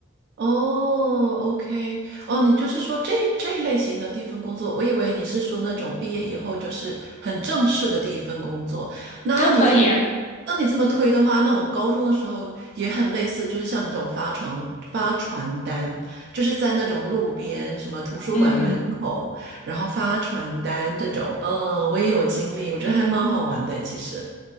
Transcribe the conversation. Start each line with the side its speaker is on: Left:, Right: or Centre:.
Right: 哦，OK，哦，你就是说这这类型的第一份工作，我以为你是说那种毕业以后就是很正式的第一份工作。那你这么，
Left: 都可以啊
Right: 那你这么推的话，那我高中的时候也很类似，就是像你这种发传发传单，就是在那种路边什么图书馆门口，
Left: 嗯。
Right: 然后发传单这种，嗯，我也有经历，我觉得还蛮好玩的，其实。